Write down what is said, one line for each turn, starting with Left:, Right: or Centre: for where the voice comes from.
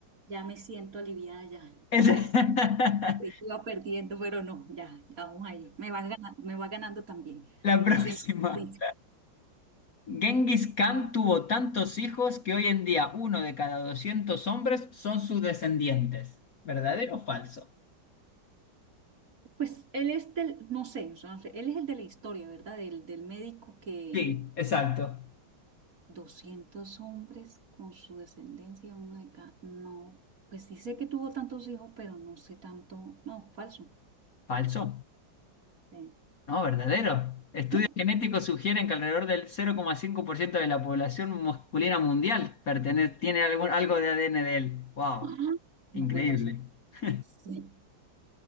Right: ya me siento aliviada ya.
Left: Es- <laughs>
Right: Creí que iba perdiendo, pero no, ya, ya vamos ahí. Me va ganando, me va ganando también,
Left: La
Right: <laughs>
Left: próxima.
Right: haciendo competencia.
Left: Genghis Khan tuvo tantos hijos que hoy en día uno de cada 200 hombres son sus descendientes. ¿Verdadero o falso?
Right: Pues él es del, no sé, o sea, no sé, él es el de la historia, ¿verdad? Del, del médico que
Left: Sí, exacto.
Right: 200 hombres con su descendencia, uno de cada no, pues sí sé que tuvo tantos hijos, pero no sé tanto, no, falso.
Left: Falso.
Right: Sí.
Left: No, verdadero. Estudios
Right: Ay,
Left: genéticos sugieren que alrededor del cero coma cinco por ciento de la población masculina mundial pertene- tiene algún, algo de ADN de él. ¡Wow!
Right: ah, No
Left: Increíble.
Right: puede ser cierto.
Left: <laughs>
Right: Sí.